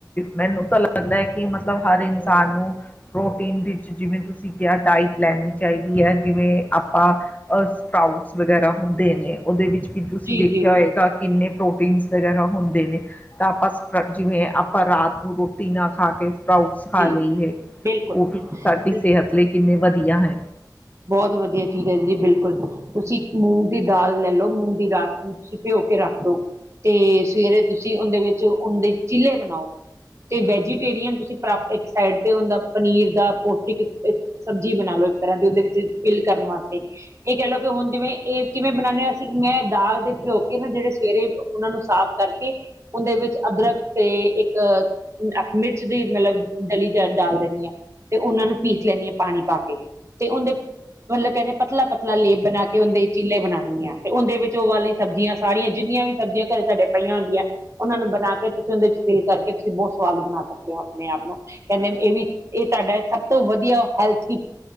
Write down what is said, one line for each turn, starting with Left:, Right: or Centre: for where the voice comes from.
Left: ਮੈਨੂੰ ਤਾਂ ਲੱਗਦਾ ਹੈ ਕਿ ਮਤਲਬ ਹਰ ਇਨਸਾਨ ਨੂੰ ਪ੍ਰੋਟੀਨ ਵਿੱਚ ਜਿਵੇਂ ਤੁਸੀਂ ਕਿਹਾ ਡਾਇਟ ਲੈਣੀ ਚਾਹੀਦੀ ਹੈ ਜਿਵੇਂ ਆਪਾਂ ਆ ਸਪਰਾਊਟਸ ਵਗੈਰਾ ਹੁੰਦੇ ਨੇ ਉਹਦੇ ਵਿੱਚ ਵੀ। ਤੁਸੀਂ
Right: ਜੀ
Left: ਦੇਖਿਆ
Right: ਜੀ
Left: ਹੋਏਗਾ ਕਿੰਨੇ ਪ੍ਰੋਟੀਨ ਵਗੈਰਾ ਹੁੰਦੇ ਨੇ ਤਾਂ ਆਪਾਂ ਜਿਵੇਂ ਆਪਾਂ ਰਾਤ ਨੂੰ ਰੋਟੀ ਨਾ ਖਾ ਕੇ ਸਪਰਾਊਟਸ ਖਾ
Right: ਜੀ
Left: ਲਈ ਹੈ,
Right: ਬਿਲਕੁਲ
Left: ਉਹ ਵੀ ਸਾਡੀ ਸਿਹਤ ਲਈ ਕਿੰਨੀ ਵਧੀਆ ਹੈ।
Right: ਬਹੁਤ ਵਧੀਆ ਚੀਜ਼ ਹੈ, ਜੀ ਬਿਲਕੁਲ ਤੁਸੀਂ ਮੂੰਗ ਦੀ ਦਾਲ ਲੈ ਲਓ ਮੂੰਗ ਦੀ ਰਾਤ ਨੂੰ ਭਿਓ ਕੇ ਰੱਖ ਦੋ ਤੇ ਸਵੇਰੇ ਤੁਸੀਂ ਉਹਦੇ ਵਿੱਚ ਉਹਦੇ ਚੀਲੇ ਬਣਾਓ। ਤੇ ਵੈਜੀਟੇਰੀਅਨ ਤੁਸੀਂ ਇੱਕ ਸਾਈਡ ਤੇ ਹੁੰਦਾ ਪਨੀਰ ਦਾ ਪੋਸ਼ਟਿਕ ਸਬਜ਼ੀ ਬਣਾ ਲੋ, ਇੱਕ ਤਰ੍ਹਾਂ ਦੀ ਉਹਦੇ ਵਿੱਚ ਪਿਲ ਕਰ ਵਾਸਤੇ, ਇਹ ਕਹਿ ਲਓ ਕਿ ਹੁਣ ਜਿਵੇਂ ਇਹ ਕਿਵੇਂ ਬਣਾਨੇ ਆ ਅਸੀਂ ਮੈਂ ਦਾਲ ਦੇ ਭਿਓ ਕੇ ਨਾ ਜਿਹੜੇ ਸਵੇਰੇ ਉਹਨਾਂ ਨੂੰ ਸਾਫ਼ ਕਰਕੇ ਉਹਦੇ ਵਿੱਚ ਅਦਰਕ ਤੇ, ਅਹ ਮਿਰਚ ਦੀ ਮਤਲਬ ਦਲੀ ਡਾਲ ਦਿੰਦੀ ਹਾਂ ਤੇ ਉਹਨਾਂ ਨੂੰ ਪੀਸ ਲੈਂਦੀ ਹਾਂ, ਪਾਣੀ ਪਾ ਕੇ ਤੇ ਉਹਦੇ ਮਤਲਬ ਕਹਿੰਦੇ ਪਤਲਾ ਪਲਾ ਲੇਪ ਬਣਾ ਕੇ ਉਹਦੇ ਚੀਲੇ ਬਣਾਦੀ ਹਾਂ ਤੇ ਉਹਦੇ ਵਿੱਚ ਉਹ ਵਾਲੀ ਸਬਜ਼ੀਆਂ ਸਾਰੀਆਂ ਜਿੰਨੀਆਂ ਵੀ ਸਬਜ਼ੀਆਂ ਕਦੇ ਤੁਹਾਡੇ ਪਈਆਂ ਹੁੰਦੀਆਂ, ਉਹਨਾਂ ਨੂੰ ਬਣਾ ਕੇ ਤੁਸੀਂ ਉਹਦੇ ਚ ਫਿੱਲ ਕਰਕੇ ਤੁਸੀਂ ਬਹੁਤ ਸਵਾਦ ਬਣਾ ਸਕਦੇ ਹੋ, ਆਪਣੇ ਆਪ ਨੂੰ ਕਹਿੰਦੇ ਇਹ ਵੀ ਇਹ ਤੁਹਾਡਾ ਤੋਂ ਵਧੀਆ ਉਹ ਹੈਲਥ ਹੀ